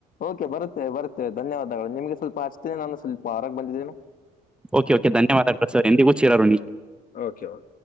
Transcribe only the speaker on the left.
ಓಕೆ ಬರುತ್ತೆ ಬರುತ್ತೇವೆ ಧನ್ಯವಾದಗಳು ನಿಮ್ಗೆ ಸ್ವಲ್ಪ ಹಚ್ತನೆ ನಾನು ಸ್ವಲ್ಪ ಹೊರಗೆ ಬಂದಿದ್ದೀನಿ.
ಓಕೆ ಓಕೆ